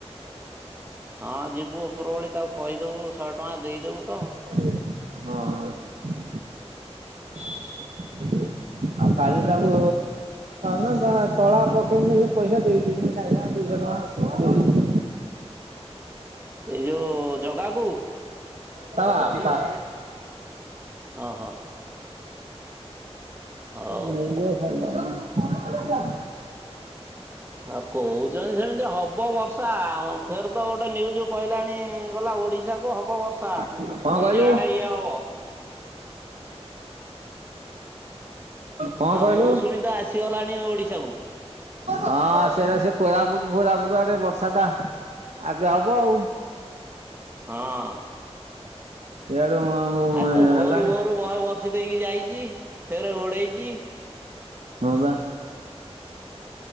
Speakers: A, on the right (about 20°); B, on the right (about 85°).
A: ହଁ ଯିବୁ ଉପର ଭଳି ତାକୁ କହିଦେବୁ ଶହେ ଟଙ୍କା ଦେଇଦେବୁ ତ
B: ହଁ।
A: <inaudible>
B: ଆ। କାଲି ତାକୁ ନା ତଳା ପକେଇକି ସେ ପଇସା ଦେଇଦନି ସାଙ୍ଗେ ସାଙ୍ଗେ ଦୁଇଶହ ଟଙ୍କା। ଓ।
A: ଏଇ ଯୋଉ ଜଗା କୁ
B: ତା ବାପା।
A: ଓହୋ। ହଉ।
B: ନେଇଯ ଭଲ ଟ <unintelligible>
A: ଆଉ କହୁଛନ୍ତି ସେମିତି ହବ ବର୍ଷା। ଫେର ତ ଗୋଟେ ନ୍ୟୁଜ୍ କହିଲାଣି ଗଲା ଓଡ଼ିଶାକୁ ହବ ବର୍ଷା।
B: ହଁ
A: ଅନ୍ୟ
B: କହିଲୁ
A: ଆଡେ
B: ହଁ।
A: ଇଏ ହବ
B: ହଁ
A: ଆଉ
B: କହିଲୁ।
A: ମୌସୁମୀ ତ ଆସିଗଲାଣି ଓଡିଶାକୁ
B: ହଁ ସେଟା ସେ କୋରାପୁଟ ଫୋରାପୁଟ ଆଡେ ବର୍ଷା ଟା। ଆଗେ ହବ ଆଉ
A: ହଁ।
B: ଏଡୁ
A: ଆଜି
B: ହେଲାଣି।
A: ତ ଭୋରୁ ଭୋରୁ ବହେ ବର୍ଷି ଦେଇକି ଯାଇଛି ଫେରେ ଘୋଡେଇଛି।
B: ହଁ ବା